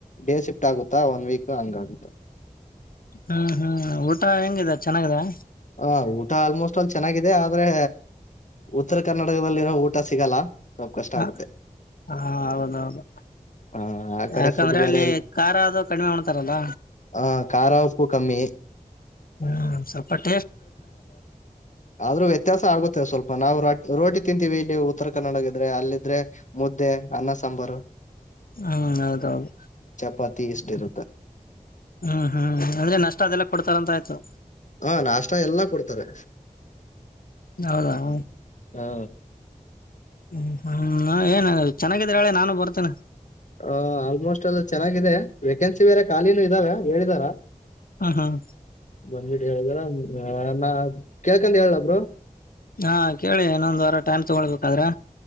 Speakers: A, on the left; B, on the left.
A: ಡೇ ಶಿಫ್ಟ್ ಆಗುತ್ತಾ ಒನ್ ವೀಕ್ ಹಂಗ ಆಗುತ್ತಾ
B: ಹ್ಮ್ ಹ್ಮ್ ಊಟ ಹೆಂಗಿದೆ ಚೆನ್ನಾಗಾಗಿದೆ
A: ಹ ಊಟ ಆಲ್ಮೋಸ್ಟ್ ಅಲ್ಲಿ ಚೆನ್ನಾಗಿದೆ ಆದ್ರೆ ಉತ್ತರ ಕರ್ನಾಟಕದಲ್ಲಿರೋ ಊಟ ಸಿಗಲ್ಲ ಸ್ವಲ್ಪ ಕಷ್ಟ
B: ಹ
A: ಆಗುತ್ತೆ
B: ಹಾ ಹೌದೌದು
A: ಆ ಆ ಕಡೆ
B: ಯಾಕಂದ್ರೆ
A: ಫುಡ್ ಬೇರೆ
B: ಅಲ್ಲಿ ಖಾರ ಅದು ಕಡಿಮೆ ಹೊಣ್ತಾರಲ್ಲ
A: ಹ ಖಾರ ಉಪ್ಪು ಕಮ್ಮಿ
B: ಹ್ಮ ಸಪಟ್ಟ
A: ಆದ್ರೂ ವ್ಯತ್ಯಾಸ ಆಗುತ್ತೆ ಸ್ವಲ್ಪ ನಾವು ರ ರೋಟಿ ತಿಂತೀವಿ ಇಲ್ಲಿ ಉತ್ತರ ಕನ್ನಡ ಇದ್ರೆ ಅಲ್ಲಿದ್ರೆ ಮುದ್ದೆ ಅನ್ನ ಸಾಂಬಾರು
B: ಹ್ಮ ಹೌದೌದು
A: ಚಪಾತಿ ಎಷ್ಟ ಇರುತ್ತೆ
B: ಹ್ಮ್ ಹ್ಮ್ ಅಂದ್ರೆ ನಷ್ಟ ಅದೆಲ್ಲ ಕೊಡ್ತಾರಂತ ಆಯ್ತು
A: ಹಾ ನಾಷ್ಟ ಎಲ್ಲಾ ಕೊಡ್ತವೆ
B: ಹೌದೌ
A: ಹಾ
B: ಹ್ಮ್ ಹ್ಮ್ ನಾ ಏನ ಚೆನ್ನಾಗಿದ್ರೆ ಹೇಳಳೆ ನಾನು ಬರ್ತೇನೆ
A: ಹ ಆಲ್ಮೋಸ್ಟ್ ಎಲ್ಲ ಚೆನ್ನಾಗಿದೆ ವೇಕೆನ್ಸಿ ಬೇರೆ ಖಾಲಿಿನೂ ಇದ್ದಾವೆ ಹೇಳಿದಾರಾ
B: ಹ್ಮ್ ಹ್ಮ್
A: ಬಂದ್ಬಿಟ್ಟು ಹೇಳಿದರ ನಾ ಕೇಳ್ಕಂಡ ಹೇಳ್ದಬ್ರು
B: ಹಾ ಕೇಳಿ ಇನ್ನೊಂದ್ ವಾರ ಟೈಮ್ ತಗೊಳ್ಬೇಕಾದ್ರೆ